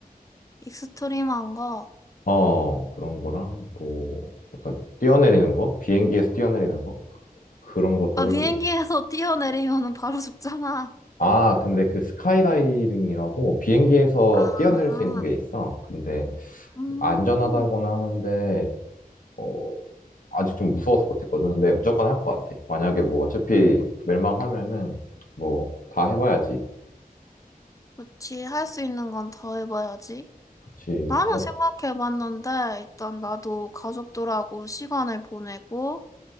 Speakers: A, on the left (about 20°); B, on the left (about 60°).
A: 익스트림한 거.
B: 어, 그런 거랑 뭐 약간 뛰어내리는 거? 비행기에서 뛰어내리는 거? 그런 것도
A: 아,
B: 해보고
A: 비행기에서
B: 싶어.
A: <laughs> 뛰어내리면은 바로 죽잖아.
B: 아, 근데 그 스카이다이빙이라고 비행기에서
A: 아,
B: 뛰어내릴 수 있는 게 있어. 근데
A: 음,
B: 안전하다고는 하는데 어, 아직 좀 무서워서 못했거든. 근데 무조건 할 것 같아. 만약에 뭐 어차피 멸망하면은 뭐 다 해봐야지.
A: 그치. 할 수 있는 건 더 해봐야지.
B: 그치.
A: 나는
B: 뭐,
A: 생각해봤는데, 일단 나도 가족들하고 시간을 보내고,